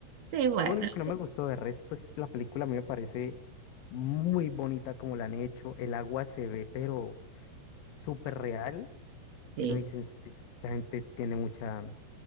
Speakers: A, on the right (about 70°); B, on the left (about 65°).
A: Sí, bueno,
B: Lo único que
A: sí,
B: no me gustó de resto es la película, a mí me parece muy bonita como la han hecho. El agua se ve, pero súper real.
A: sí,
B: Que uno dice, "Es- esta gente tiene mucha,